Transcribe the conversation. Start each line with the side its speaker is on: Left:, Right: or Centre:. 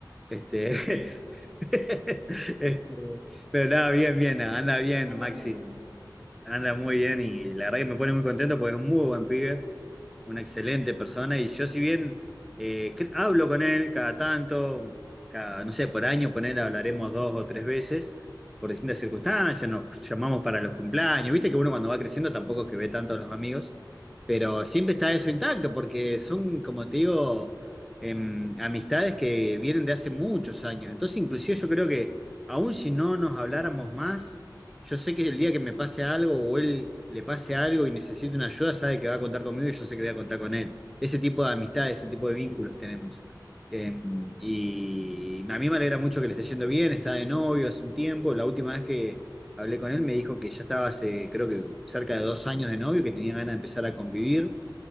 Centre: este, <laughs> este, pero nada, bien, bien, anda bien,
Left: Vos me
Centre: Maxi.
Left: entendiste.
Centre: Anda muy bien y la verdad que me pone muy contento porque es un muy buen pibe una excelente persona y yo si bien eh, cre- hablo con él cada tanto, cada, no sé, por año con él hablaremos dos o tres veces por distintas circunstancias, nos llamamos para los cumpleaños, viste que uno cuando va creciendo tampoco es que ve tanto a los amigos, pero siempre está eso intacto porque son, como te digo, em, amistades que vienen de hace muchos años, entonces inclusive yo creo que aun si no nos habláramos más, yo sé que el día que me pase algo o él le pase algo y necesite una ayuda, sabe que va a contar conmigo y yo sé que voy a contar con él. Ese tipo de amistad, ese tipo de vínculos tenemos. Eh, y a mí me alegra mucho que le esté yendo bien, está de novio hace un tiempo. La última vez que hablé con él me dijo que ya estaba hace, creo que cerca de dos años de novio, que tenía ganas de empezar a convivir.